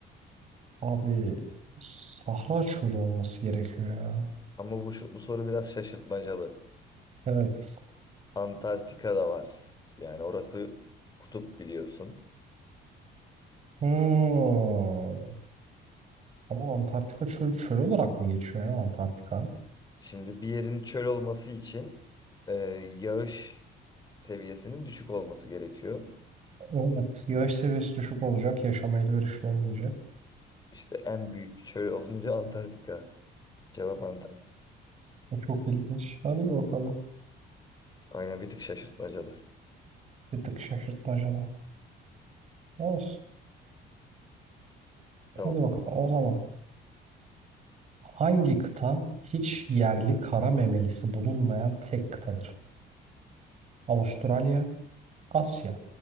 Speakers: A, on the right; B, on the left.
A: Abi Sahra çölü olması gerekiyor ya.
B: Ama bu, şu- bu soru biraz şaşırtmacalı.
A: Evet.
B: Antarktika da var. Yani orası kutup biliyorsun.
A: Hmm. Ama Antarktika çölü çöl olarak mı geçiyor ya Antarktika?
B: Şimdi bir yerin çöl olması için e, yağış seviyesinin düşük olması gerekiyor.
A: Evet, yağış seviyesi düşük olacak, yaşama elverişli olmayacak.
B: İşte en büyük çöl olunca Antarktika. Cevap Antarktika.
A: O çok ilginç. Hadi bakalım.
B: Aynen bir tık şaşırtmacalı.
A: Bir tık şaşırtmacalı. Olsun.
B: Tamam.
A: Hadi bakalım. O zaman hangi kıta hiç yerli kara memelisi bulunmayan tek kıtadır? Avustralya, Asya,